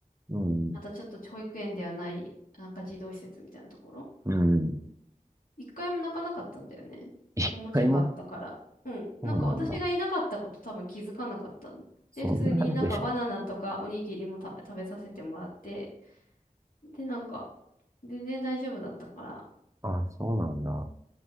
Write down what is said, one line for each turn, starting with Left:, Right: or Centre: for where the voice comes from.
Right: うん、
Left: またちょっと保育園ではない、なんか児童施設みたいなところ。
Right: うん。
Left: 一回も泣かなかったんだよね。
Right: 一回も
Left: おもちゃがあったから。うん。
Right: そうなんだ。
Left: なんか私がいなかったこと多分気づかなかったん。
Right: そんなレベル。
Left: で、普通になんかバナナとかおにぎりもた食べさせてもらって、で、なんか、全然大丈夫だったから、
Right: あ、そうなんだ。